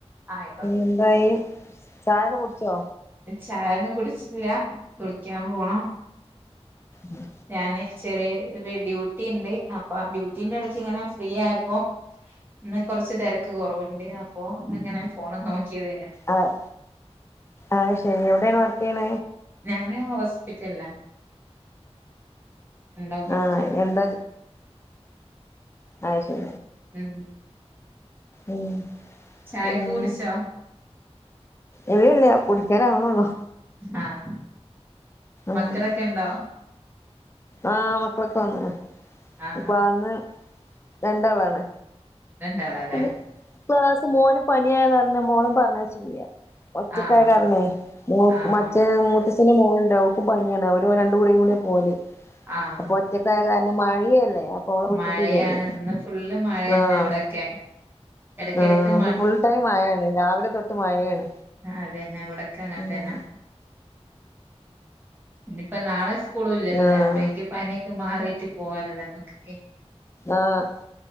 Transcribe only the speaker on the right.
ആയിക്കോട്ട
ചായൊന്നും കുടിച്ചില്ല കുളിക്കാൻ പോണം
ഞാന് ചെറിയ ഒരു ഡ്യൂട്ടി ഉണ്ട് അപ്പൊ ഡ്യൂട്ടിന്റെ ഇടയ്ക്ക് ഇങ്ങനെ ഫ്രീ ആയപ്പോ ഇന്ന് കൊറച്ച് തിരക്ക് കുറവുണ്ട് അപ്പൊ ഇങ്ങനെ ഫോണ് നോക്കിയതേനി
ഞാന് ഹോസ്പിറ്റലാ ഓഫീസിലാ
ഉം
ചായൊക്കെ
കുടിച്ചോ
ആഹ് മക്കളൊക്കെണ്ടോ
ആ
രണ്ടാളാല്ലേ
ആ ആ
ആഹ്
ആഹ്
മഴയാണ് ഇന്ന് ഫുള്ള് മഴ തന്നെ
ഇവിടെക്കെ എടക്കെടക്ക്
ആഹ് അത് തന്നാ ഇവിടക്കാങ്ങത്തന്നാ
ഇനിപ്പ നാളെ സ്കൂള് ഇല്ലല്ലല്ലേ
അപ്പേക്ക് പനിയൊക്കെ മാറിയിട്ട് പോകാനല്ലേ നമുക്കൊക്കെ